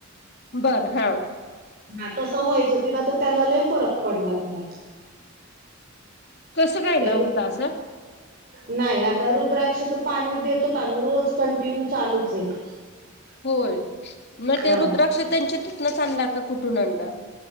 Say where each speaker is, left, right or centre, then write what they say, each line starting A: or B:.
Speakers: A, on the left; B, on the right.
A: बर, हा
B: हा तसं व्हायचं, तिला तर त्यालालाही फरक पडला तिला
A: कसं काय
B: <unintelligible>
A: ना होत असं
B: नाही आता रुद्राक्षाच पाणी देतोत, आम्ही रोज कंटिन्यू चालूच आहे. <unintelligible>
A: होय म
B: हा
A: ते रुद्राक्ष त्यांच्या तिथनंच आणला, का कुठून आणला?